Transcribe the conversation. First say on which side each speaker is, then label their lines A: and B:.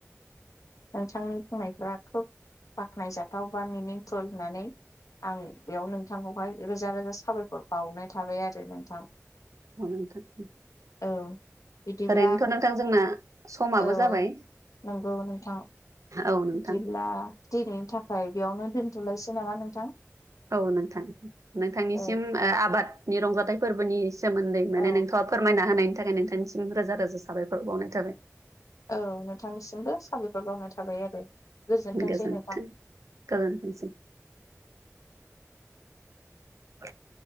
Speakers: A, on the left (about 85°); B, on the right (about 70°).
A: बिथांनि बुंनायफ्रा खोब बाख्नायजाथाव बा मिनिंफुल होननानै आं बेयाव नोंथांखौहाय रोजा रोजा साबायखर बावनाय थाबाय आरो नोंथां
B: <unintelligible>
A: औ बिदिब्ला
B: ओरैनोथ' नोंथां जोंना समाबो
A: औ
B: जाबाय
A: नंगौ नोंथां
B: औ नोंथां
A: बिदिब्ला दिनैनि थाखाय बेयावनो दोनथ'लायसै नामा नोंथां?
B: औ नोंथां नोंथांनिसिम
A: औ
B: आबादनि रंजाथाइ फोरबोनि सोमोन्दै
A: औ
B: माने नोंथाङा फोरमायना होनायनि थाखाय नोंथांनिसिम रोजा रोजा साबायखर बावनाय थाबाय
A: औ नोंथांनिसिमबो साबायखर बावनाय थाबाय आरो गोजोनथोंसै
B: गोजोनथों
A: नोंथां।
B: गोजोनथोंसै <inaudible>